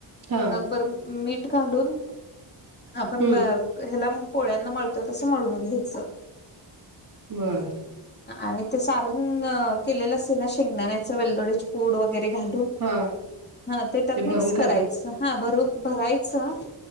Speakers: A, on the right; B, on the left.
A: हा
B: नगभर मीठ घालून आपण
A: हम्म
B: ह्याला पोळ्यांना मळतं तसं म्हणून घ्यायचं.
A: बरं.
B: आणि ते सारण केलेलं असते ना शेंगदाण्याचं वेलदोडची पूड वगैरे घालून.
A: हा
B: हा ते त्यात मिक्स
A: भरून
B: कराय
A: करा
B: हा भरू भरायचं